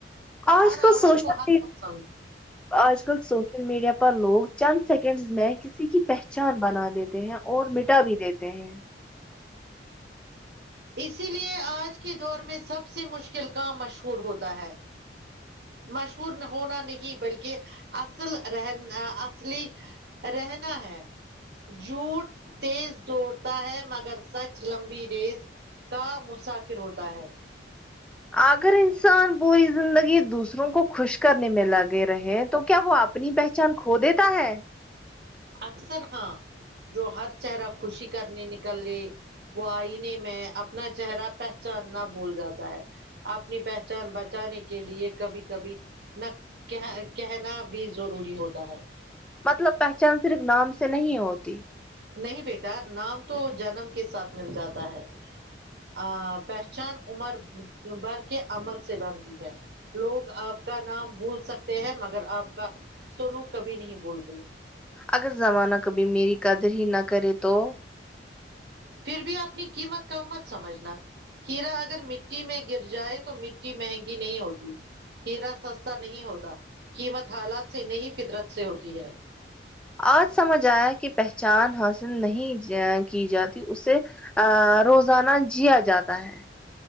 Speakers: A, in the centre; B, on the right.
A: آج
B: ہر
A: کل
B: آواز
A: سوشل
B: کو ہھ پک سمج
A: آج کل سوشل میڈیا پر لوگ چند سیکنڈز میں کسی کی پہچان بنا دیتے ہیں اور میٹا بھی دیتے ہیں
B: اسی لیے آج کے دور میں سب سے مشکل کام مشہور ہوتا ہے مشہور ہونا نہیں بلکہ اصل رہن اصلی رہنا ہے جھوٹ تیز توڑتا ہے مگر سچ لمبی ریس کا مسافر ہوتا ہے
A: اگر انسان پوری زندگی دوسروں کو خوش کرنے میں لگے رہے تو کیا وہ آپ اپنی پہچان کھو دیتا ہے
B: اکثر ہاں جو ہر چہرہ خوشی کرنے نکل رہے وہ آئنہ میں اپنا چہرہ پہچاننا بھول جاتا ہے اپنی پہچان بچانے کے لیے کبھی کبھی نہ کہ کہنا بھی ضروری ہوتا ہے
A: مطلب پہچان صرف نام سے نہیں ہوتی
B: نہیں بیٹا نام تو جنم کے ساتھ مل جاتا ہے ا پہچان عمر بھر کے عمل سے بنتی ہے لوگ آپ کا نام بھول سکتے ہیں مگر آپ کا سولوگ کبھی نہیں بھولتے
A: اگر زمانہ کبھی میری قدر ہی نہ کرے تو
B: پھر بھی اپنی قیمت کم مت سمجھنا کرا اگر مٹی میں گر جائے تو مٹی مہنگی نہیں ہوتی ہیرا سستا نہیں ہوتا قیمت حالات سے نہیں فطرت سے ہوتی ہے
A: آج سمجھ آیا کہ پہچان حاصل نہیں کی جاتی اسے ا روزانہ جیا جاتا ہے